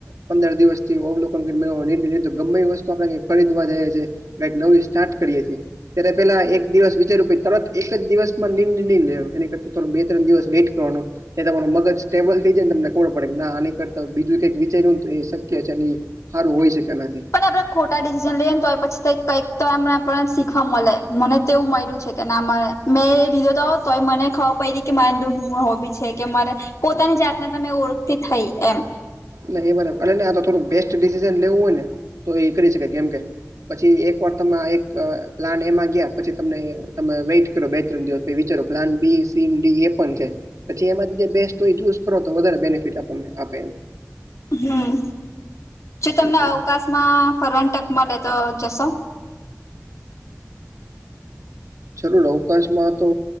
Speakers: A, on the right (about 85°); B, on the left (about 65°).
A: પંદર દિવસથી <unintelligible> તો ગમે એ વસ્ તુ આપડે કઈ ખરીદવા જઈએ છીએ. કઈક નવી સ્ટાર્ટ કરીએ છીએ. ત્યારે પેલા એક દિવસ વિચાર્યું પહિ તરત એક જ દિવસ માં નિ <inaudible> ની લે એમ એની કરતા થોડો બે ત્રણ દિવસ વેઇટ કરવાનો એ તમારું મગજ સ્ટેબલ થઈ જાય ને તમને ખબર પડે આની કરતા બીજું કઈક વિચાર્યું તું એ શક્ય છેન ઈ હારું હોય શકે એનાથી.
B: ને આપડે ખોટા ડિસિઝન લઈએને તો પછી કઈક તો એમનેને શીખવા મળે મને તેવું મળ્યું છે કે ના મારે મેં લીધો હતો તોય મને ખબર પડી કે મા હું હોબી છે કે મારે પોતાની જાતને તો મે ઓળખતી થઈ એમ.
A: ના એ અનેને આ થોડું બેસ્ટ ડિસિઝન લેવું હોય ને તો એ કરી શકાય કેમ કે પછી એક વાર તમે એક પ્લાન એમાં ગયા પછી તમને તમે વેટ બે ત્રણ દિવસ વિચારો પ્લાન બી સીન ડી એ પણ છે પછી એમાંથી જે બેસ્ટ ચુઝ કરો તો વધારે બેનિફિટ આપણને આપે એમ.
B: હમ્મ, જો તમને
A: એ છે.
B: અવકાશમાં ફરવા ન ટક મળે તો જશો?
A: જરૂર અવકાશમાં તો